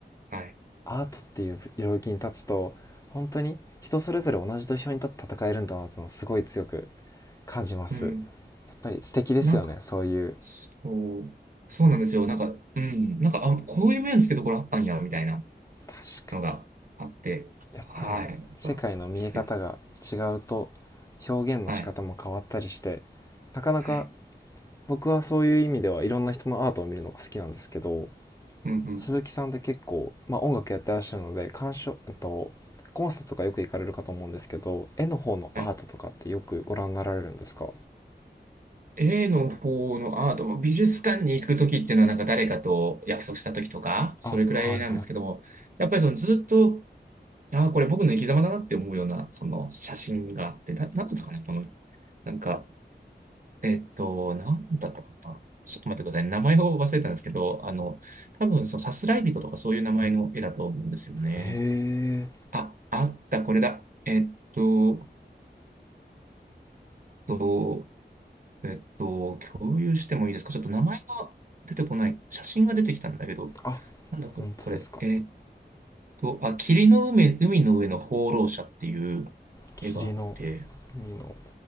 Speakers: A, on the right (about 50°); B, on the left (about 20°).
A: はい。
B: アートっていう領域に立つと本当に人それぞれ同じ土俵に立って戦えるんだなってのをすごい強く感じますやっ
A: うん。
B: ぱり素敵ですよねそういう
A: なんか、そう、そうなんですよ。なんか、うん。なんか、あ、こういう面つけどころあったんや、みたいな。
B: 確か
A: のがあって、
B: にやっぱりね世界の見え方が違うと
A: はい。やっぱ好きです。
B: 表現の仕方も変わったりして
A: はい。
B: なかなか
A: はい。
B: 僕はそういう意味ではいろんな人のアートを見るのが好きなんですけど
A: うんうん。
B: 鈴木さんって結構、まあ、音楽やってらっしゃるので鑑賞とコンサートとかよく行かれるかと思うんですけど絵の方のアートとかってよくご覧になられるんですか
A: はい。A の方のアートも美術館に行くときっていうのはなんか誰かと約束したときとか、それくらいなんですけども、
B: あはいはい
A: やっぱりそのずっと、ああ、これ僕の生き様だなって思うような、その写真があって、な、なんだったかな、この、なんか、えっと、なんだったかな。ちょっと待ってください。名前を忘れたんですけど、あの、多分そのさすらい人とかそういう名前の絵だと思うんですよね。
B: へえ
A: あ、あった、これだ。えっと、と、えっと、共有してもいいですかちょっと名前が出てこない。写真が出てきたんだけど、
B: あ
A: なんだここれ。
B: 本当ですか
A: えっと、あ、霧の海、海の上の放浪者っていう
B: 霧の
A: 絵があって、
B: 海の